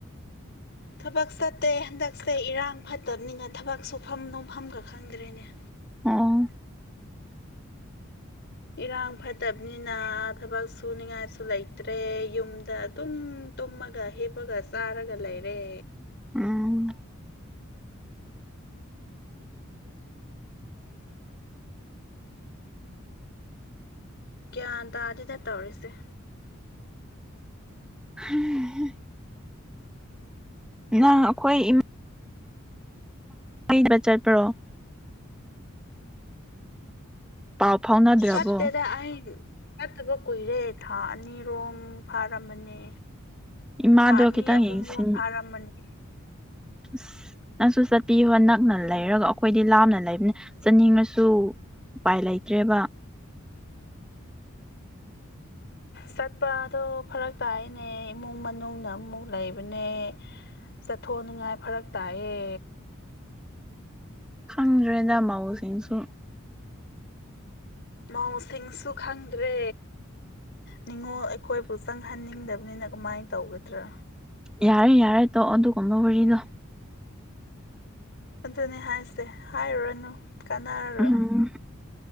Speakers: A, on the left (about 55°); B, in the centre.
A: ꯊꯕꯛ ꯆꯠꯇꯦ ꯍꯟꯗꯛꯁꯦ ꯏꯔꯥꯡ ꯐꯠꯇꯕꯅꯤꯅ ꯊꯕꯛ ꯁꯨꯐꯝ ꯅꯣꯝꯐꯝꯒ ꯈꯪꯗ꯭ꯔꯦꯅꯦ
B: ꯑꯥ
A: ꯏꯔꯥꯡ ꯐꯠꯇꯕꯅꯤꯅ ꯊꯕꯛ ꯁꯨ ꯅꯤꯡꯉꯥꯏꯁꯨ ꯂꯩꯇ꯭ꯔꯦ ꯌꯨꯝꯗ ꯑꯗꯨꯝ ꯇꯨꯝꯃꯒ ꯍꯦꯞꯄꯒ ꯆꯥꯔꯒ ꯂꯩ ꯔꯦ
B: ꯎꯝ
A: ꯒ꯭ꯌꯥꯟ ꯇꯥꯗꯤꯗ ꯇꯧꯔꯤꯁꯦ
B: ꯎꯝ ꯉ ꯑꯩꯈꯣꯏ ꯏꯃꯥ ꯃꯤꯕ ꯆꯠ ꯄ꯭ꯔꯣ ꯄꯥꯎ ꯐꯥꯎꯅꯗ꯭ꯔꯕꯣ
A: ꯆꯠꯇꯦꯗ ꯑ ꯐꯠꯇꯕ ꯀꯨꯏꯔꯦ ꯊꯥ ꯑꯅꯤꯔꯣꯝ ꯐꯥꯔꯝꯃꯅꯤ
B: ꯏꯃꯥꯗꯣ
A: ꯊꯥ ꯑꯅꯤ
B: ꯈꯤꯇꯪ
A: ꯑꯍꯨꯝꯂꯣꯝ
B: ꯌꯦꯡꯁꯤꯟ
A: ꯐꯥꯔꯝꯃꯅꯤ
B: ꯑꯁ ꯅꯪꯁꯨ ꯆꯠꯄꯤꯌꯣ ꯅꯛꯅ ꯂꯩꯔꯒ ꯑꯩꯈꯣꯏꯗꯤ ꯂꯥꯞꯅ ꯂꯩꯕꯅꯤ ꯆꯠꯅꯤꯡꯉꯁꯨ ꯎꯄꯥꯏ ꯂꯩꯇ꯭ꯔꯦꯕ
A: <unintelligible> <inaudible> ꯆꯠꯄꯗꯣ ꯐꯔꯛ ꯇꯥꯏꯅꯦ ꯏꯃꯨꯡ ꯃꯅꯨꯡꯅ ꯑꯃꯨꯛ ꯂꯩꯕꯅꯦ ꯆꯠꯊꯣꯛꯅꯤꯉꯥꯏ ꯐꯔꯛ ꯇꯥꯛꯑꯦ
B: ꯈꯪꯗ꯭ꯔꯦꯗ ꯃꯥꯎꯁꯤꯡꯁꯨ
A: ꯃꯍꯧꯁꯤꯡꯁꯨ ꯈꯪꯗ꯭ꯔꯦ ꯅꯤꯡꯅꯤꯉꯣꯜ ꯑꯩꯈꯣꯏꯕꯨ ꯆꯪꯍꯟꯅꯤꯡꯗꯕꯅꯤꯅ ꯑꯃꯥꯏꯅ ꯇꯧꯒꯗ꯭ꯔꯥ
B: ꯌꯥꯔꯦ ꯌꯥꯔꯦ ꯇꯣ ꯑꯗꯨꯒ ꯀꯕ ꯋꯥꯔꯤꯔꯤꯗꯣ
A: ꯑꯗꯨꯅꯦ ꯍꯥꯏꯁꯦ ꯍꯥꯏꯔꯨꯔꯅꯨ ꯀꯥꯟꯅꯔꯔꯣꯏ
B: ꯎꯝ